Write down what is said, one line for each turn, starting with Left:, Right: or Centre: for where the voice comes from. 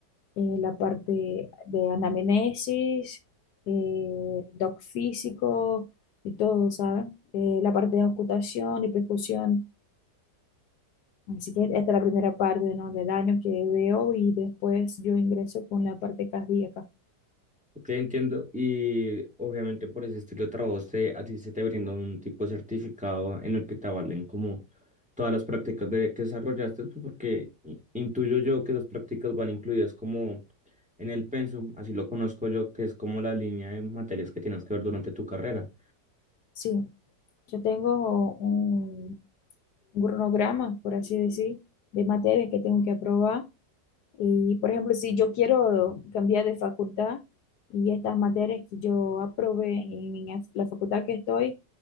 Left: eh, la parte de anamnesis, eh, doc físico y todo, ¿saben? Eh, la parte de ocultación y percusión. Así que esta es la primera parte, ¿no? del año que veo y después yo ingreso con la parte cardíaca.
Centre: Te entiendo y obviamente por ese estilo de trabajo se- a ti se te brinda un tipo de certificado en el que te avalen como todas las prácticas de, que desarrollaste, pues porque i- intuyo yo que esas prácticas van incluidas como en el pensum, así lo conozco yo, que es como la línea de materias que tienes que ver durante tu carrera.
Left: Sí, yo tengo un, un cronograma, por así decir, de materias que tengo que aprobar Y, por ejemplo, si yo quiero cambiar de facultad y estas materias que yo aprobé en la la facultad que estoy,